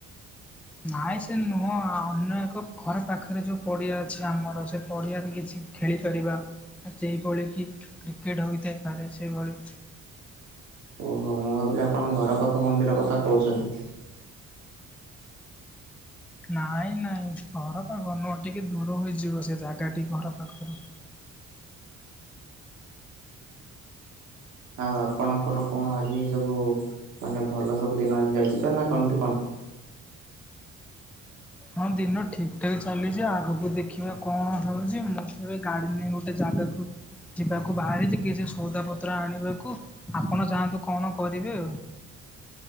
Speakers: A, in the centre; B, on the right.
A: ନାଇ ସେ ନୁହଁ, ଅନ୍ୟ ଏକ ଘର ପାଖରେ ଯୋଉ ପଡିଆ ଅଛି। ଆମର ସେ ପଡିଆରେ କିଛି ଖେଳିପାରିବା। ଯେଇଭଳିକି, କ୍ରିକେଟ୍ ହୋଇଥାଇପାରେ ସେହିଭଳି।
B: ଓହୋ! ମୁଁ ଭାବିଲି ଆପଣଙ୍କ ଘର ପାଖ ମନ୍ଦିର କଥା କହୁଛନ୍ତି।
A: ନାଇଁ, ନାଇଁ ଘର ପାଖ ନୁହଁ। ଟିକେ ଦୂର ହୋଇଯିବ ସେ ଜାଗାଟି ଘର ପାଖରୁ।
B: ଆଉ ଆପଣଙ୍କର କଣ ଆଜି, ସବୁ ଉ ମାନେ ଭଲ ସବୁ ଦିନ ଆଜି ଯାଇଛି ତ ନା କେମିତି କଣ?
A: ହଁ ଦିନ ଠିକ୍ ଠାକ୍ ଚାଲିଚି ଆଗକୁ ଦେଖିବା କଣ ହଉଛି? ମୁଁ ତ ଏବେ ଗାଡି ନେଇ ଗୁଟେ ଯା ଦେଖୁ। ଯିବାକୁ ବାହାରିଛି କିଛି ସଉଦାପତ୍ର ଆଣିବାକୁ। ଆପଣ ଯାଆନ୍ତୁ, କଣ କରିବେ ଆଉ?